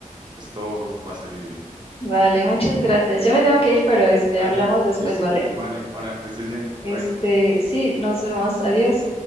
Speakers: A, on the right; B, on the left.
A: pues todo va a salir bien.
B: Vale, muchas gracias. Ya me tengo que ir, pero este,
A: Dale,
B: hablamos después,
A: sí, sí,
B: ¿vale?
A: vale, ahora que estés bien,
B: Este,
A: bye.
B: sí, nos vemos. Adiós.